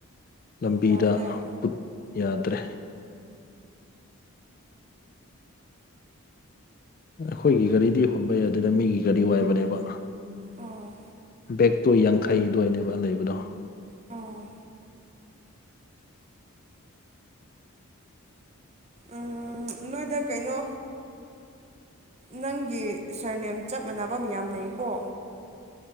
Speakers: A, on the left; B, on the right.
A: ꯂꯝꯕꯤꯗ
B: ꯌꯥꯗ꯭ꯔꯦ
A: ꯄꯨꯠ ꯌꯥꯗ꯭ꯔꯦ꯫ ꯑꯈꯣꯏꯒꯤ ꯒꯥꯔꯤꯗꯤ ꯍꯣꯟꯕ ꯌꯥꯗꯦꯗ ꯃꯤꯒꯤ ꯒꯥꯔꯤ ꯋꯥꯏꯕꯅꯦꯕ꯫
B: ꯑꫭ꯫
A: ꯕꯦꯒꯛꯇꫭ ꯌꯥꯡꯈꯩ ꯗ꯭ꯋꯥꯏꯅꯦꯕ ꯂꯩꯕꯗꯣ꯫
B: ꯑꫭ꯫ ꯎ ꯅꯣꯏꯗ ꯀꯩꯅꯣ ꯅꯪꯒꯤ ꯁꯔꯅꯦꯝ ꯆꯞ ꯃꯥꯟꯅꯕ ꯃꯌꯥꯝ ꯂꯩꯀꯣ꯫